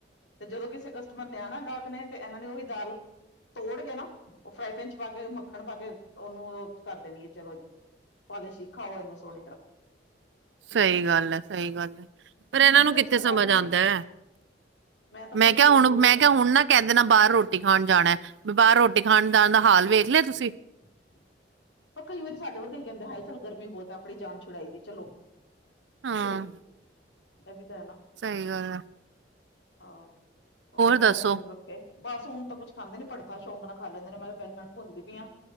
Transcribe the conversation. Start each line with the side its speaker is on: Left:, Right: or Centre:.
Left: ਤੇ ਜਦੋਂ ਕਿਸੇ ਮਰ ਲਿਆਣਾ ਗਾਹਕ ਨੇ ਤੇ ਇਹਨਾਂ ਨੇ ਉਹੀ ਦਾਲ-' ਤੋੜ ਕੇ ਨਾ ਉਹ ਫਰਾਈ ਪੈਨ ਚ ਪਾ ਕੇ, ਮੱਖਣ ਪਾ ਕੇ ਉਹਨੂੰ ਕਰ ਦੇਣੀ ਹੈ ਚਲੋ ਜੀ। ਪਾ ਲੀਸ਼ ਖਾਓ ਇਹਨੂੰ ਸੋਹਣੀ ਤਰ
Right: ਸਹੀ ਗੱਲ ਹੈ, ਸਹੀ ਗੱਲ ਹੈ। ਪਰ
Left: ਫ੍ਰੀਜਰ
Right: ਇਹਨਾਂ ਨੂੰ
Left: ਦੇ
Right: ਕਿੱਥੇ
Left: ਵਿੱਚ ਲਗਾ
Right: ਸਮਝ
Left: ਦੇਣਗੇ
Right: ਆਉਂਦਾ ਹੈ,
Left: ਤਾਂ
Right: ਮੈਂ
Left: ਖੁਦ
Right: ਕਿਹਾ
Left: ਦੇਖਿਆ
Right: ਹੁਣ
Left: ਉਸ ਦਿਨ
Right: ਮੈਂ ਕਿਹਾ ਹੁਣ ਨਾ ਕਹਿੰਦੇ ਨਾ ਬਾਹਰ ਰੋਟੀ ਖਾਣ ਜਾਣਾ ਵੀ ਬਾਹਰ ਰੋਟੀ ਖਾਣ ਜਾਣ ਦਾ ਹਾਲ ਵੇਖ ਲਿਆ ਤੁਸੀਂ
Left: <inaudible> ਪਰ ਕਈ ਵਾਰੀ ਸਾਡੇ ਵਰਗੇ ਕਹਿੰਦਾ ਹੈ, ਹਾਏ ਚਲ ਗਰਮੀ ਬਹੁਤ ਹੈ ਆਪਣੀ ਜਾਨ ਛੁਡਾਈ ਦੀ ਚਲੋ।
Right: ਹਾਂ
Left: ਕੀ ਕਰੀਏ ਇਹ ਵੀ ਤਾਂ ਹੈ ਨਾ।
Right: ਸਹੀ ਗੱਲ ਆ
Left: ਆਹੋ ਹੋਰ ਮੈਂ
Right: ਦੱਸੋ
Left: ਵੀ ਹੁਣ ਰ ਬਸ ਹੁਣ ਤਾਂ ਕੁਛ ਖਾਂਦੇ ਨੀ ਭਰਠਥਾ ਸ਼ੌਂਕ ਨਾਲ ਖਾ ਲੈਂਦੇ ਨੇ ਮੈਂ ਕਿਹਾ ਬੈਗਨ ਭੁੰਨਦੀ ਪਈ ਆ